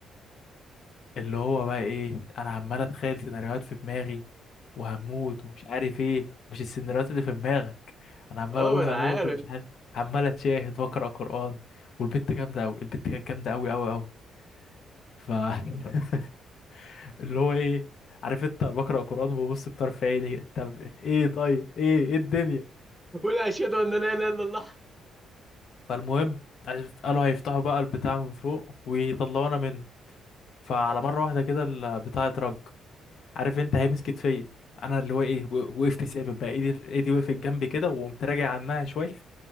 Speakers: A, on the left; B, in the centre.
A: اللي هو بقى ايه انا عمال اتخيل سيناريوهات في دماغي وهموت ومش عارف ايه مش السيناريوهات اللي في دماغك انا عمال
B: اه
A: اقول
B: ما
A: هموت
B: انا عارف
A: ومش عارف عمال اتشاهد واقرا قرآن والبت جامدة قوي البت كانت جامدة قوي قوي قوي ف <laughs> اللي هو ايه عارف انت بقرا قران وببص بطرف عيني طب ايه طيب ايه ايه الدنيا
B: قول اشهد ان لا اله الا الله
A: فالمهم عش- قالوا هيفتحوا بقى البتاع من فوق ويطلعونا منه فعلى
B: <laughs> آه،
A: مره واحده كده البتاع اترج عارف انت هيمس كتفيا انا اللي هو ايه و- وقفت ثابت بقى ايدي ايدي وقفت جنبي كده وقمت راجع عنها شويه
B: آه.